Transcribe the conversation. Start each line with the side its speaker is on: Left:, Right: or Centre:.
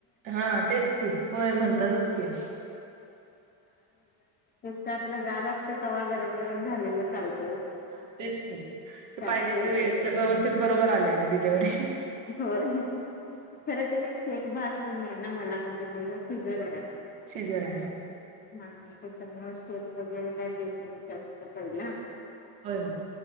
Right: हा तेच की, होय म्हणतातच की.
Left: ते आपलं गार असते तवा गरम गरम झालेलं चालत.
Right: हा तेच नाही
Left: जास्त
Right: पाहिजे
Left: हे
Right: तर वेळच
Left: होते
Right: व्यवस्थित बरोबर आले आणि डिलेव्ही.
Left: हो खरं तर काही शेक भात असत नाही ना मला म्हणजे मांझ शिजर आहे.
Right: शिजर
Left: हा त्याच्यामुळे स्कोप वगैरे काय देत नाहीत असा आहे ना!
Right: होय हो.